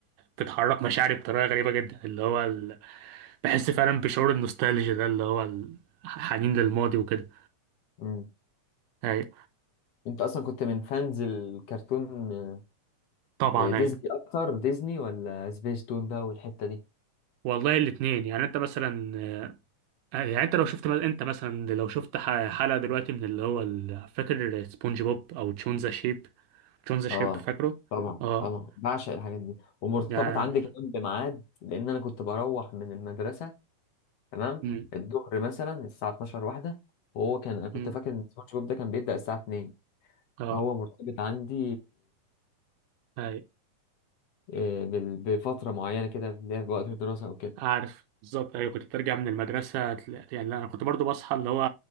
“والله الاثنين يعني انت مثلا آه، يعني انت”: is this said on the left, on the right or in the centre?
Right